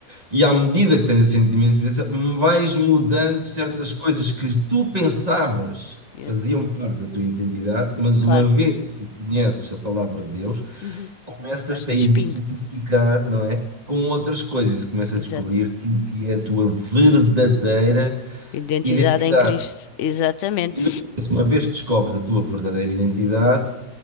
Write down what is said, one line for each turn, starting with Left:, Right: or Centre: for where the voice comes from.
Right: e à medida que tens esse sentimento de pertença, vais mudando certas coisas que tu pensavas
Left: yeah,
Right: faziam parte da tua identidade, mas
Left: claro.
Right: uma vez que conheces a palavra de Deus,
Left: Uhum.
Right: começas-te
Left: Vais despindo,
Right: a identificar, não é? Com outras coisas, e começas
Left: exato.
Right: a descobrir o que é a tua verdadeira
Left: Identidade
Right: identidade.
Left: em Cristo, exatamente.
Right: E depois, uma vez que descobres a tua verdadeira identidade,